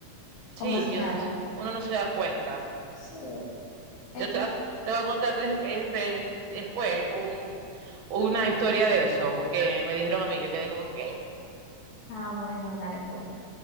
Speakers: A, on the left; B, on the right.
A: como
B: Sí,
A: si
B: que
A: nada.
B: uno, uno no se da cuenta.
A: Sí. En-
B: Yo te, va- te voy a contar des- este, un- después un, una historia de eso, porque me dijeron a mí, yo quedé como que,
A: ah, bueno, dale pues.